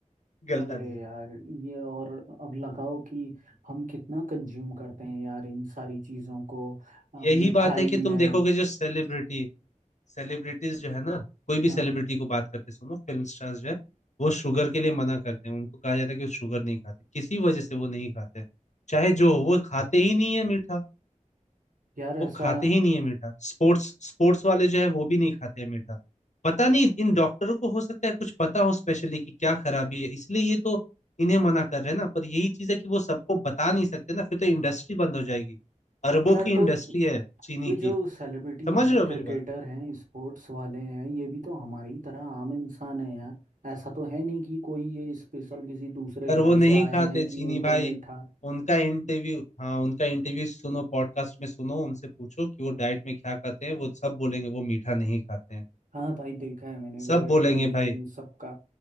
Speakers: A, on the left (about 60°); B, on the right (about 85°).
A: गलता
B: अरे
A: नहीं है
B: यार ये और अब लगाओ कि हम कितना कंज्यूम करते हैं यार इन सारी चीज़ों को अ,
A: यही
B: मिठाई
A: बात है कि तुम
B: में
A: देखोगे जो सेलिब्रिटी सेलिब्रिटीज जो है ना कोई भी
B: हाँ
A: सेलिब्रिटी को बात करते सुनो फिल्म स्टार्स जो है वो शुगर के लिए मना करते हैं उनको कहा जाता है कि वो शुगर नहीं खाते किसी वजह से वो नहीं खाते चाहे जो हो वो खाते ही नहीं है मीठा
B: यार ऐसा
A: वो खाते ही नहीं है मीठा स्पोर्ट्स स्पोर्ट्स वाले जो है वो भी नहीं खाते हैं मीठा पता नहीं इन डॉक्टरों को हो सकता है कुछ पता हो स्पेशली कि क्या खराबी है इसलिए ये तो इन्हें मना कर रहे हैं ना पर यही चीज है कि वो सबको बता नहीं सकते ना फिर तो इंडस्ट्री बंद हो जाएगी अरबों
B: यार
A: की इंडस्ट्री
B: तो
A: है चीनी
B: ये
A: की
B: जो सेलिब्रिटी
A: समझ
B: हैं
A: रहे हो
B: क्रिकेटर
A: मेरी बात
B: हैं स्पोर्ट्स वाले हैं ये भी तो हमारी तरह आम इंसान है यार ऐसा तो है नहीं कि कोई ये स्पेशल किसी दूसरे
A: पर
B: ग्रह
A: वो नहीं
B: से आए
A: खाते
B: हैं कि
A: चीनी
B: इनको
A: भाई
B: मीठा
A: उनका इंटरव्यू हाँ उनका इंटरव्यू सुनो पॉडकास्ट में सुनो उनसे पूछो कि वो डाइट में क्या खाते हैं वो सब बोलेंगे वो मीठा नहीं खाते हैं
B: हाँ भाई देखा है मैंने विराट
A: सब बोलेंगे
B: कोहली
A: भाई
B: इन सब का